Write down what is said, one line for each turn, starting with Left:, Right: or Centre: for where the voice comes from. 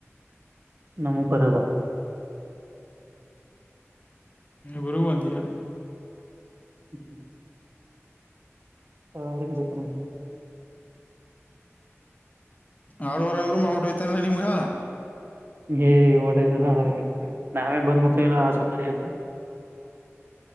Right: ನಮ್ಮ ಪರದಾ
Left: ನೀ ಗುರುವಂದಿಯಾ
Right: ಹ್ಮು ಕಾರಿನ್ ಜೊತೆನಲ್ಲಿ.
Left: ಆರೂವರೆ ಆದ್ರೂ ಮಾಡ್ಬಿಟ್ಟು ಹೋಯ್ತಾ ನಲ್ಲ ನಿಮಗ.
Right: ಏ ಓಟೋಯುತನ ಆರೂಗಂಟೆಗೆ ನಾವೇ ಬಂದ್ ಮುಡ್ತೀ ಇಲ್ಲ ಆಸುಖರಿಯತ.